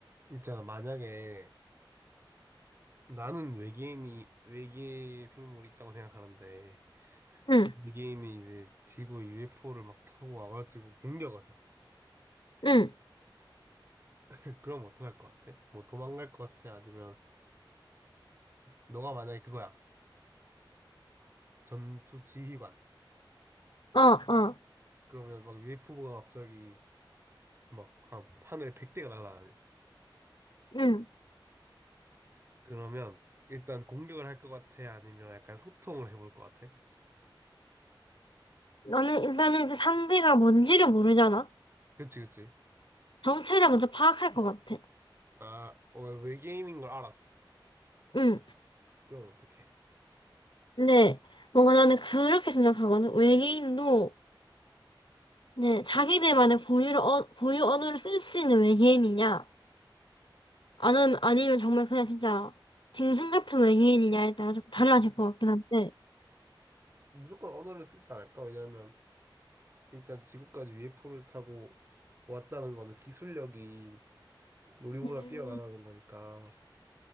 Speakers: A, on the right; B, on the left.
A: 진짜 만약에 나는 외계인이 외계 생물이 있다고 생각하는데
B: 응,
A: 그 외계인이 이제 지구에 UFO를 막 타고 와가지고 공격을 해.
B: 응,
A: <laughs> 그럼 어떡할 것 같아? 뭐 도망갈 것 같아? 아니면 너가 만약에 그거야 전투 지휘관
B: 어, 어,
A: 그러면 막 UFO가 갑자기 막 하- 하늘에 100대가 날아다녀.
B: 응.
A: 그러면 일단 공격을 할 것 같아? 아니면 약간 소통을 해볼 것 같아?
B: 너는 일단은 그 상대가 뭔지를 모르잖아.
A: 그치 그치.
B: 정체를 먼저 파악할 것 같아.
A: 아 어, 외계인인 걸 알았어.
B: 응.
A: 그럼 어떡해?
B: 근데 뭔가 나는 그렇게 생각하거든. 외계인도 이제 자기들만의 고유를 어, 고유 언어를 쓸 수 있는 외계인이냐, 아니면 아니면 정말 그냥 진짜 짐승 같은 외계인이냐에 따라 조금 달라질 것 같긴 한데.
A: 무조건 언어를 쓰지 않을까? 왜냐면 일단 지구까지 UFO를 타고 왔다는 거는 기술력이 우리보다
B: 음.
A: 뛰어나다는 거니까